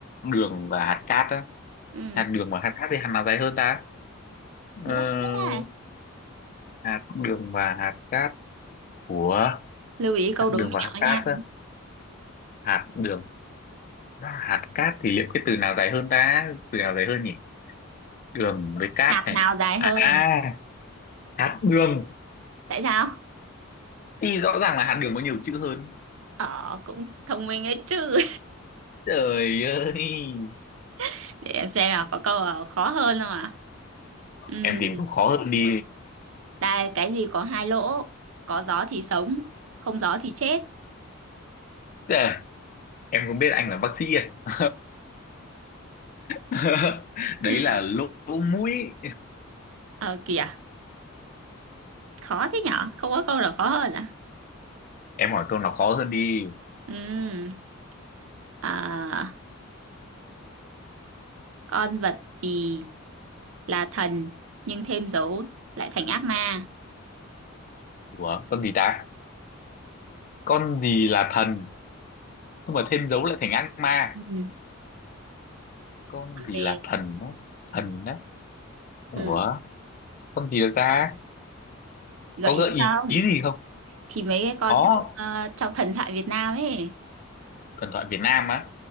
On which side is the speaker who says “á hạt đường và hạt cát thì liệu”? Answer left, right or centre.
Left